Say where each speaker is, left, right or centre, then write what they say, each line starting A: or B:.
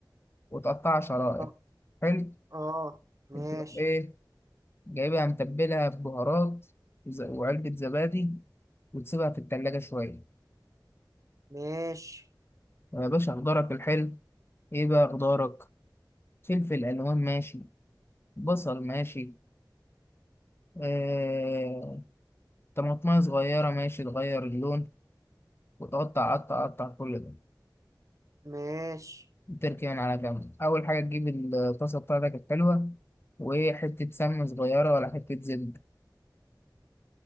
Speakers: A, on the left; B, on the right.
A: وتقطعها شرائح
B: اه
A: حلو
B: آه. ماشي
A: تروح ايه جايبها متبلها ببهارات وز- وعلبة زبادي وتسيبها في التلاجة شوية
B: ماشي
A: يا باشا خضارك الحلو ايه بقى خضارك فلفل ألوان ماشي بصل ماشي آه... طماطماية صغيرة ماشي تغير اللون وتقعد تقطع قطع كل ده
B: ماشي
A: تركي من على جنب أول حاجة تجيب الطاسة بتاعتك الحلوة وحتة سمنة صغيرة ولا حتة زبدة